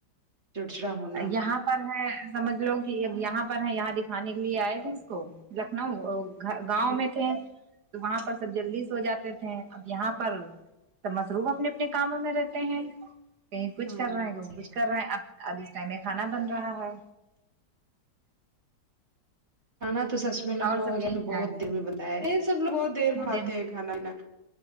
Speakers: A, on the right; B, on the right.
A: چڑچڑا ہونا
B: یہاں پر ہے سمجھ لو کہ یہاں پر ہے یہاں دکھانے کے لیے آئے تھے اس کو لکھنؤ گھ گاؤں
A: ہاں
B: میں تھے تو وہاں پر سب جلدی سے سو جاتے تھے اب یہاں پر تو مصروف اپنے اپنے کاموں میں رہتے ہیں کہیں کچھ
A: ہاں
B: کر رہا ہے کہ
A: صحیح
B: کچھ
A: بات
B: کر رہا ہے اب اب اس ٹائم میں کھانا بن رہا ہے
A: کھانا تو سچ میں لکھنؤ
B: اور سب
A: وغیرہ
B: ٹھیک
A: میں بہت
B: ہے
A: دیر میں بنتایا ہے یہ سب لوگ بہت
B: تھوڑی
A: دیر میں کھاتے تے ہیں کھانا وانا